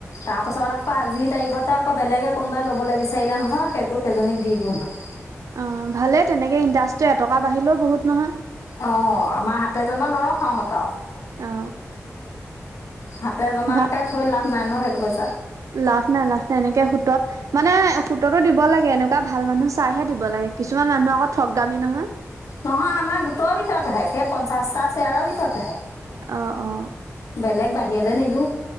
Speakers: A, on the left; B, on the right.
A: তাৰ পাছত আকৌ আজিৰ তাৰিখতে আকৌ বেলেগে কোনোবাই ল'বলে বিচাৰিলে নহয় সেই- তোক সেইজনীক দি দিওঁ হত
B: অঁ ভালেই তেনেকৈ ইনটাৰেষ্টটো এটকা বাঢ়িলেও বহুত নহয়।
A: অ আমাৰ হাতে জমা নৰখাওঁ হতক
B: অ।
A: হাতে জমাকে
B: ভা
A: থৈ লাভ নাই নহয় সেইটো পইচা।
B: লাভ নাই লাভ নাই এনেকে সুতত মানে সুততো দিব লাগে এনেকুৱা ভাল মানুহ চাইহে দিব লাগে। কিছুমান মানুহ আকৌ ঠগামী নহয়।
A: নহয় আমাৰ গোটৰ ভিতৰত আহে সেই পঞ্চাশটা শ্বেয়াৰৰ ভিতৰত আহে।
B: অ অ।
A: বেলেগ বাহিৰলে নিদো।